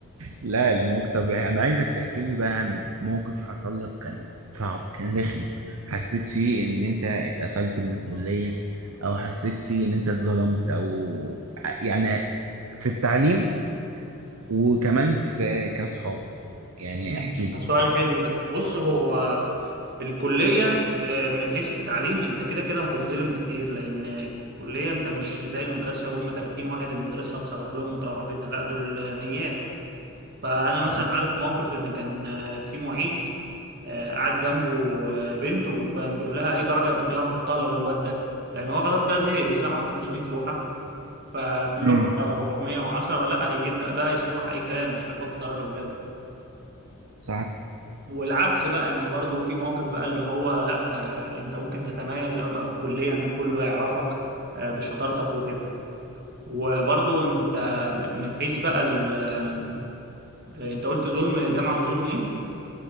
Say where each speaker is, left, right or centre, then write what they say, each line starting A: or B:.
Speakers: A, on the right; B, on the right.
A: لا الموقف طب انا عايزك تحكي لي بقى عن موقف حصل لك كان صعب كان رخم حسيت فيه ان انت اتقفلت من الكلية او حسيت فيه ان انت اتظلمت او ع- يعني في التعليم وكمان في كاصحاب يعني
B: مم.
A: احكي لي
B: ده سؤال حلو ده بص هو الكلية ب- من حيث التعليم انت كده كده هتتظلم كتير لان الكلية انت مش زي المدرسة هم 30 واحد المدرسة هتصلح لهم وتروح بيتها لا دول ميات فانا مثلا
A: صح
B: عارف موقف ان كان في معيد آه، قاعد جنبه آه، بنت وكان بيقول لها اي درجة هتقوليها لها هحطها للواد ده لان هو خلاص بقى زهق بيصحح 500 لوحة ففي اللوحة
A: امم
B: 410 لا هيبدأ بقى يصلح اي كلام مش هيحط درجة بجد
A: صح
B: والعكس بقى ان برضو في موقف بقى اللي هو لا ده انت ممكن تتميز قوي بقى في الكلية ان كله يعرفك آه، بشطارتك وكده وبرضو انت م- من حيث بقى ال- آه، انت قلت ظلم جامعة وظلم ايه؟